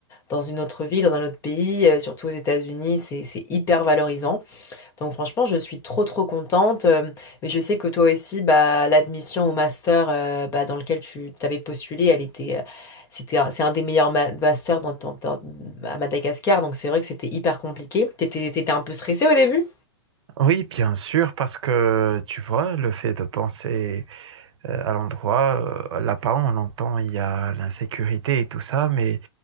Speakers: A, on the left; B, on the right.
A: dans une autre ville, dans un autre pays, euh, surtout aux États-Unis, c'est c'est hyper valorisant. Donc franchement, je suis trop trop contente. euh, mais je sais que toi aussi, bah, l'admission au master euh, bah, dans lequel tu t'avais postulé, elle était, euh, c'était, un- c'est un des meilleurs ma- masters dans, ton- dans- à Madagascar. Donc c'est vrai que c'était hyper compliqué. T'étais, t'étais un peu stressée au début?
B: Oui, bien sûr, parce que tu vois, le fait de penser euh, à l'endroit. euh, là-bas, on entend il y a l'insécurité et tout ça, mais